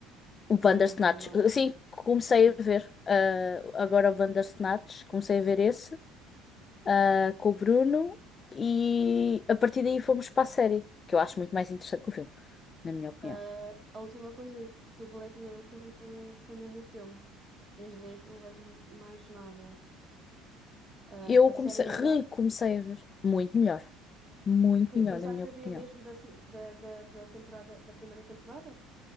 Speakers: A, on the left (about 30°); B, on the right (about 30°).
A: O
B: não
A: Bandersnatch.
B: me lembro do nome.
A: eh, Sim, comecei
B: Sim,
A: a ver eh, agora o Bandersnatch, comecei a ver esse eh, com o Bruno e a partir daí fomos para a série, que eu acho muito mais interessante que o filme, na minha opinião.
B: ah, a última coisa do Black Mirror que eu vi foi, mesmo- foi mesmo o filme, desde aí que não vejo mais nada. Ah,
A: Eu
B: a série
A: comecei,
B: é
A: recomecei
B: melhor?
A: a ver, muito melhor, muito
B: que
A: melhor,
B: começaste
A: na minha opinião.
B: a ver mesmo da, si- da, da, da temporada, da primeira temporada?